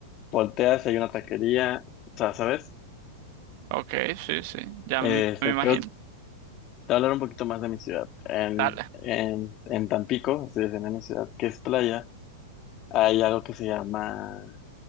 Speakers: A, on the left; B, on the right.
A: volteas, si hay una taquería, o sea, ¿sabes?
B: ok, sí, sí, ya
A: Este,
B: me, me imagino.
A: pero te voy a hablar un poquito más de mi ciudad. En,
B: Dale.
A: en, en Tampico, así es, en mi ciudad, que es playa, hay algo que se llama